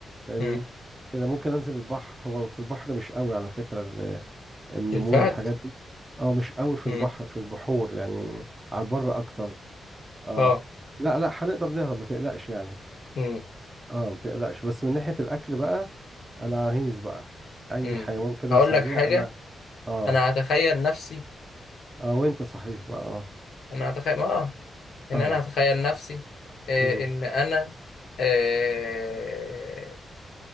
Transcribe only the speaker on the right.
فاهمني
كده ممكن انزل البحر هو في البحر مش قوي على فكرة ال- النمور
والحاجات دي اه مش قوي في
البحر في البحور يعني على البر اكتر اه
لا لا هنقدر نهرب ما تقلقش يعني
اه ما تقلقش بس من ناحية الاكل بقى انا عايز بقى اي
حيوان كده
سريع
انا اه
اه وانت صحيح بقى اه
اه
امم